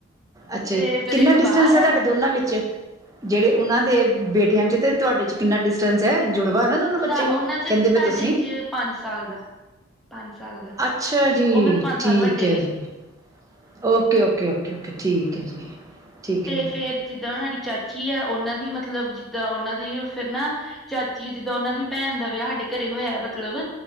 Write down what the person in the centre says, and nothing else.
ਤੇ ਫੇਰ
ਇੱਕ
ਬਾਹਰ
ਆ।
ਸਾ ਉਹਨਾਂ ਚ
ਸਾਡੇ
ਚ ਪੰਜ ਸਾਲ ਦਾ ਪੰਜ ਸਾਲ ਦਾ
ਉਹ ਮੇ ਤੋਂ ਪੰਜ
ਸਾਲ ਵੱਡੇ
ਨੇ
ਤੇ
ਫੇਰ ਜਿੱਦਾਂ ਹਾਡੀ ਚਾਚੀ ਹੈ ਉਹਨਾਂ ਦੀ ਮਤਲਬ ਜਿੱਦਾਂ ਉਹਨਾਂ ਦੀ ਫੇਰ ਨਾ ਚਾਚੀ ਜਿੱਦਾਂ ਉਹਨਾਂ ਦੀ ਭੈਨ ਦਾ ਵਿਆਹ ਸਾਡੇ ਘਰੇ ਹੋਇਆ ਮਤਲਬ